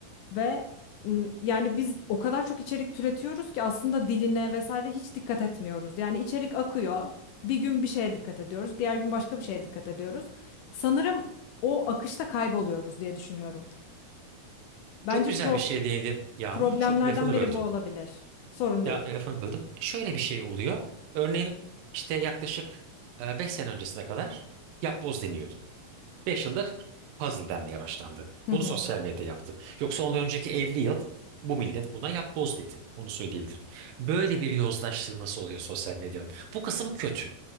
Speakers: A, on the left (about 80°); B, on the right (about 75°).
A: ve m, yani biz o kadar çok içerik türetiyoruz ki aslında diline vesaire hiç dikkat etmiyoruz. Yani içerik akıyor. Bir gün bir şeye dikkat ediyoruz, diğer gün başka bir şeye dikkat ediyoruz. Sanırım o akışta kayboluyoruz diye düşünüyorum. Bence
B: Çok güzel
A: pro-
B: bir şey değindin Yağmur.
A: problemlerden
B: Çok lafını
A: biri
B: böldüm.
A: bu olabilir. Sorun
B: Ya
A: değil.
B: lafını böldüm. Şöyle bir şey oluyor. Örneğin işte yaklaşık 5 sene öncesine kadar yapboz deniyordu. 5 yıldır puzzle denmeye başlandı.
A: Hı
B: Bunu
A: hı.
B: sosyal medya yaptı. Yoksa ondan önceki 50 yıl bu millet buna yapboz dedi. Onu söyleyebilirim. Böyle bir yozlaştırması oluyor sosyal medyanın. Bu kısım kötü.